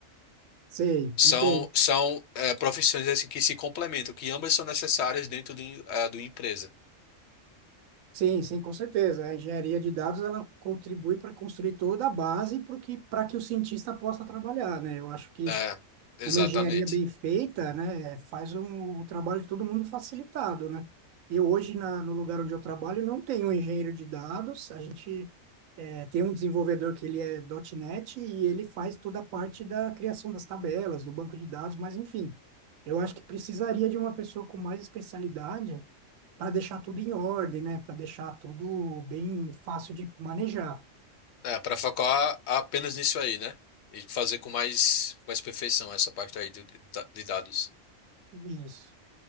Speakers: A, on the right; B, on the left.
A: Sei,
B: São,
A: entendo.
B: são é, profissões assim que se complementam, que ambas são necessárias dentro do, em- é, do empresa.
A: Sim, sim, com certeza. A engenharia de dados ela contribui para construir toda a base para que, para que o cientista possa trabalhar, né? Eu acho que
B: É, exatamente.
A: uma engenharia bem feita, né, faz um, o trabalho de todo mundo facilitado, né? Eu hoje, na, no lugar onde eu trabalho, não tenho um engenheiro de dados. A gente eh, tem um desenvolvedor que ele é ponto .NET e ele faz toda a parte da criação das tabelas, do banco de dados, mas enfim, eu acho que precisaria de uma pessoa com mais especialidade para deixar tudo em ordem, né? Para deixar tudo bem fácil de manejar.
B: É, para focar apenas nisso aí, né? E fazer com mais, mais perfeição essa parte aí do- da- de, dados.
A: Isso,